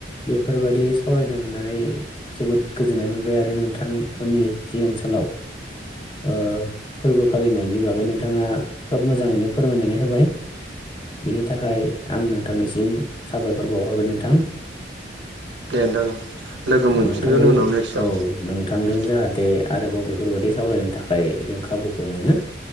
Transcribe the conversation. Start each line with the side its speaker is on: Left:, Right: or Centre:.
Left: बेफोरबायदि सावरायनो मोननानै जोबोद गोजोननाय मोन बाय आरो नोंथांमोननि जि ओनसोलाव ओ फोरबो फालिनायनि बागै नोंथाङा खोब मोजाङैनो फोरमायनानै होबाय। बिनि थाखाय आं नोंथांनिसिम साबायखर बावहरबाय नोंथां।
Right: दे नोंथां लोगो मोनफिनगोन
Left: नोंथांजों
Right: उनाव
Left: औ नोंथांजों
Right: नेक्स्टआव
Left: जाहा थे आरोबाव बेफोरबायदि सावरायनो थाखाय जों खाबुखौ मोनो